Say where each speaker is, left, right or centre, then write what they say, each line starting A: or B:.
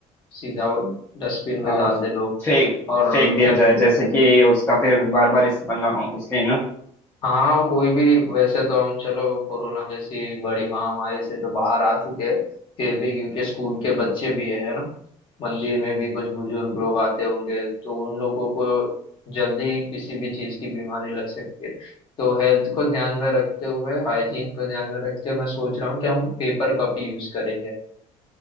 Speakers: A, on the left; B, on the left.
A: सीधा डस्टबिन में
B: हाँ
A: डाल दे लोग
B: फेंक
A: और
B: फेंक दिया
A: गंद
B: जाए जैसे कि उसका फिर बार बार इस्तेमाल ना हो इसलिए ना
A: हाँ वो कोई भी वैसे तो हम चलो कोरोना जैसी बड़ी महामारी से तो बाहर आ चुके हैं फिर भी क्योंकि स्कूल के बच्चे भी है ना मंदिर में भी कुछ बुजुर्ग लोग आते होंगे तो उन लोगों को जल्दी ही किसी भी चीज की बीमारी लग सकती है तो हेल्थ को ध्यान में रखते हुए हाइजीन को ध्यान में रखते हुए मैं सोच रहा हूँ कि हम पेपर कप ही यूज करेंगे